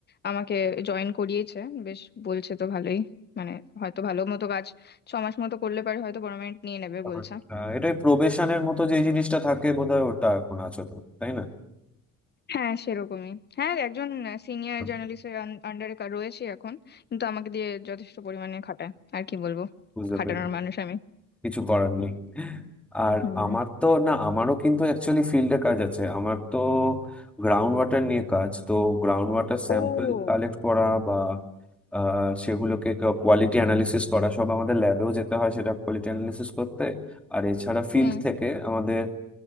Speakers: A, on the left; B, in the centre.
A: আমাকে জয়েন করিয়েছে বেশ বলছে তো ভালোই মানে হয়তো ভালো মতো কাজ ছ মাস মতো করলে পারে হয়তো পার্মানেন্ট নিয়ে নেবে
B: ব্যাপারটা।
A: বলছে
B: আহ, এটাই প্রবেশনের মতো যে জিনিসটা থাকে বোধহয় ওটা এখন আছো তো তাই না
A: হ্যাঁ সেরকমই হ্যাঁ একজন সিনিয়র
B: আচ্ছা,
A: জার্নালিস্টের আন্ডারে রয়েছে এখন কিন্তু আমাকে দিয়ে যথেষ্ট পরিমাণে খাটায় আর কি বলবো
B: বুঝতে
A: খাটানোর
B: পেরেছি
A: মানুষ আমি
B: কিছু করার নেই আর
A: হুম
B: আমার তো না আমারও কিন্তু অ্যাকচুয়ালি ফিল্ডে কাজ আছে আমার তো গ্রাউন্ড ওয়াটার নিয়ে কাজ তো গ্রাউন্ড ওয়াটার স্যাম্পল
A: ও
B: কালেক্ট করা বা আহ, সেগুলোকে কোয়ালিটি অ্যানালিসিস করা সব আমাদের ল্যাবেও যেতে হয় সেটা কোয়ালিটি অ্যানালিসিস করতে আর এছাড়া ফিল্ড
A: হুম
B: থেকে আমাদের